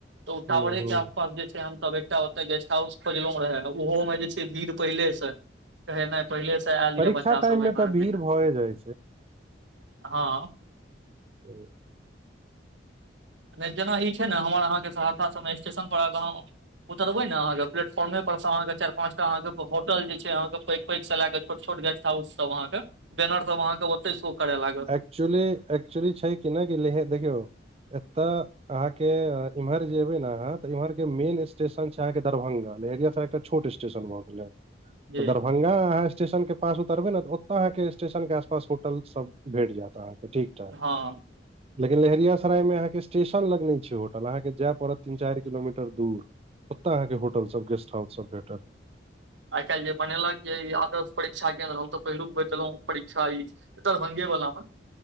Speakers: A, on the right (about 80°); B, on the right (about 30°).
A: तऽ ओ टावरे
B: ह ह
A: के आसपास जे छै, हम एकटा ओते गेस्ट हाउस खोजलों रहे ओहो मे जे छै भीड़ पहिले से कहेनाइ पहिले से
B: परीक्षा
A: बच्च
B: टाइम
A: सब
B: मे तऽ भीड़ भए जाइ
A: ह
B: ह
A: नहि जेना ई छै ने हमर अहाँके सहरसा सभमे स्टेशन परहक गांव उतरबै ने अहाँके प्लेटफॉर्मे पर से अहांके चारि पांच टा अहांके होटल जे छै अहाके पैग पैक सँ लऽ कऽ छोट-छोट गेस्ट हाउस सभ अहाके बैनर सभ ओतऽ आहां के सो करै लाग।
B: एक्चुली एक्चुली छै कि नहि ल देखियौ एत अहाँ के इम्हर जे एबे ने अहाँ त इम्हर के मेन स्टेशन छै। अहाँके दरभंगा लहेरियासराय एकटा छोट स्टे शन भ गेलै
A: जी
B: दरभंगा अहाँ स्टेशन के पास उतरबै ने ओतय अहाँके स्टेशन के आसपास होटल सब भेट जात अहाँके ठीक ठाक
A: हँ
B: लेकिन लहेरियासराय मे अहाँके स्टेशन लग नहि छै होटल अहाँके जाय पड़त तीन चारि किलोमीटर दूर ओतय अहाँके होटल सब गेस्ट हाउस सब भेटत
A: आइ काल्हि जे बनेलक ये ई आदर्श परीक्षा केंन्द्र हम तऽ पहिलुक बेर देलहुं परीक्षा ई दरभंगे वाला में